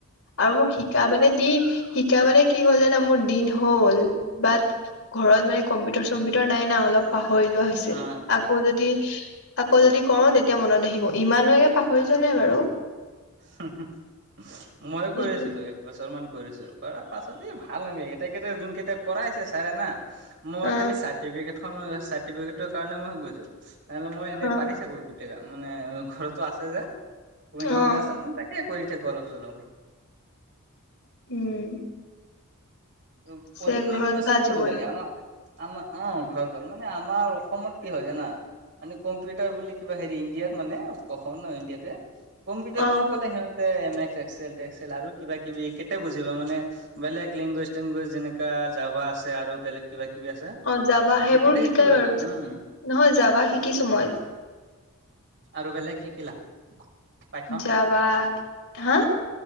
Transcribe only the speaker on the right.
অ',
হু হু ময়ো
কৰি আছিলো একবছৰ মান কৰিছিলোঁ। কৰাৰ পাছত ভাল নালাগে এতিয়া যোন কেইটা কৰাইছে ছাৰে না মই
খালি চাৰ্টিফিকেট চাৰ্টিফিকেটৰ কাৰণে মই গৈছোঁ নহ'লে মই এনে
পাৰি থাকো মানে ঘৰতো আছে যে <unintelligible>
আছে মানে তাকে কৰি থাকোঁ অলপ চলপ।
আৰু
কডিং
লেংগুৱেজ
কি শিকিব
লাগে আমাক আমাৰ অ' <unintelligible> মানে আমাৰ অসমত কি হয় জানা মানে কম্পিউটাৰ বুলি কিবা হেৰি ইণ্ডিয়াত মানে অসমত নহয় ইণ্ডিয়াতে কম্পিউটাৰ
বুলি ক'লে সিহঁতে এ এম এছ এক্সেল তেক্সেল আৰু কিবা কিবি কেইটাই বুজিব মানে বেলেগ লিংগুৱেজ লেংগুৱেজ যেনেকা জাবা আছে আৰু বেলেগ কিবা কিবি আছে
সেইকেইটা
শিকিব লাগে,
উম।
আৰু বেলেগ শিকিলা? পাইথন